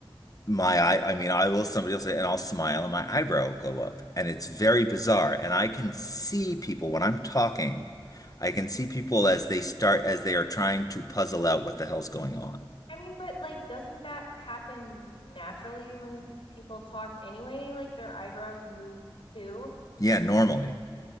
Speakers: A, on the left (about 40°); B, on the left (about 70°).
A: my eye, I mean, I will, somebody will say, and I'll smile and my eyebrow will go up. And it's very bizarre. And I can see people when I'm talking, I can see people as they start, as they are trying to puzzle out what the hell's going on.
B: I mean, but like, doesn't that happen naturally when people talk anyway? Like their eyebrows move too.
A: Yeah, normally.